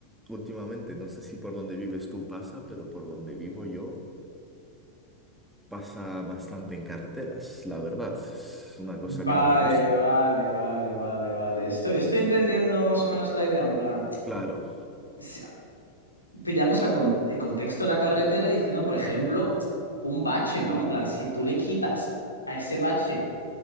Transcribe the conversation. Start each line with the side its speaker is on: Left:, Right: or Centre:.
Centre: últimamente, no sé si por donde vives tú pasa, pero por donde vivo yo pasa bastante en carreteras, la verdad. Es una cosa
Left: Vale,
Centre: que no me gusta.
Left: vale, vale, vale, vale. Estoy, estoy entendiendo más o menos la idea. En plan,
Centre: Claro,
Left: si- pillamos la con- el contexto de la carretera diciendo, por ejemplo, un bache, ¿no? En plan, si tú le quitas a ese bache